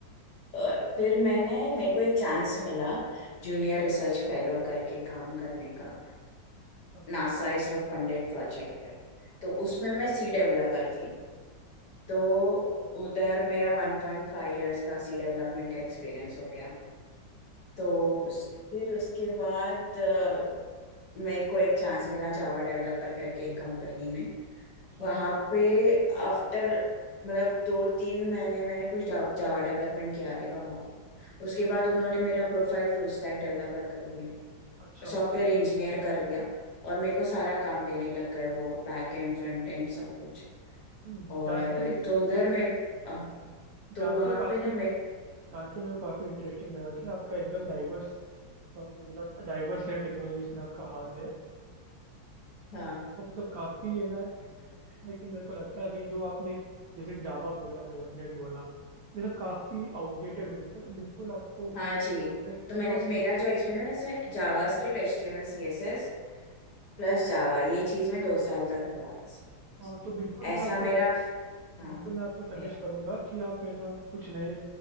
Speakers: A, on the left (about 60°); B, on the right (about 80°).
A: अ, फिर मैंने मेरे को एक चांस मिला जूनियर रिसर्च फेलो करके काम करने का
B: अच्छा
A: नासा इसरो फंडेड प्रोजेक्ट पे तो उसमें मैं सी डेवलपर थी तो उधर मेरा 1.5 इयर्स का सी डेवलपमेंट का एक्सपीरियंस हो गया तो उस- फिर उसके बाद अ, मेरे को एक चांस मिला जावा डेवलपर करके एक कंपनी में
B: अच्छा
A: वहाँ पे आफ्टर मतलब दो तीन महीने मैंने कुछ जावा डेवलपमेंट किया रहेगा वहाँ पे उसके बाद उन्होंने मेरा प्रोफाइल फुल स्टैक डेवलपर कर दिया
B: अच्छा
A: सॉफ्टवेयर इंजीनियर कर दिया और मेरे को सारा काम देने लग गए वो बैक एंड फ्रंट एंड सब कुछ
B: हम्म
A: और
B: जान
A: अ,
B: के
A: तो उधर मैं अ, तो
B: जान
A: वहाँ
B: के काफ़ी
A: पे ना मैं
B: जान के मेरे को काफ़ी इंटरेस्टिंग लगा कि आपका एकदम डाइवर्स ना डाइवर्स है टेक्नोलॉजीज में आपका हाथ है
A: हाँ
B: आपको मतलब काफ़ी है ना एक्सपीरियंस है लेकिन मेरे को लगता है अभी जो आपने जैसे जावा बोला डॉट नेट बोला ये सब काफ़ी आउटडेटेड हो चुके हैं तो बिल्कुल आपको
A: हाँ जी
B: मैं कहता
A: तो मैंने
B: हूँ
A: मेरा
B: कि
A: जो एक्सपीरियंस है JavaScript H T M L C S S plus Java ये चीज में दो साल तक हुआ एक्सपीरियंस
B: हाँ तो बिल्कुल मैं
A: ऐसा
B: आपको
A: मेरा हाँ
B: बिल्कुल मैं आपको सजेस्ट
A: है
B: करूंगा कि आप है ना कुछ नए